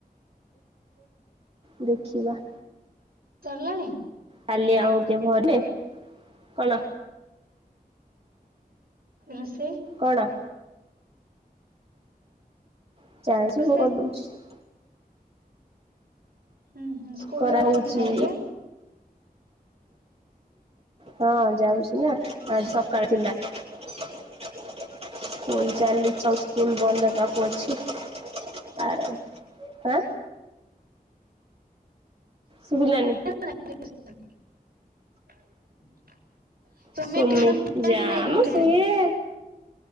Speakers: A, on the right (about 40°); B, on the right (about 80°).
A: ଦେଖିବା
B: ଚରିଲାଣି
A: କାଲି ଆଉ ଟିକେ ଭଲେ କଣ
B: ରୋଷେଇ
A: କଣ <unintelligible>
B: ରୋଷେଇ ହୁଁ ହୁଁ ସ୍କୁଲ
A: ଖରା
B: ଯାଉଛନ୍ତି
A: ହଉଛି।
B: ନା ଏବେ?
A: ହଁ ଯାଉଛି ନା ଆଜି ସକାଳେ ଥିଲା। କଣ ଚାଲିଚ ସ୍କୁଲ ବନ୍ଦ ହେବାକୁ ଅଛି ତାର ଆଁ ଶୁଭିଲାନି।
B: <inaudible> ତୁମେ
A: ସୁମି
B: ଟିସନ ପିଲା
A: ଯା
B: କି ନାଇଁ ଗୋଟେ
A: ମ ସିଏ।
B: ବେଳେ?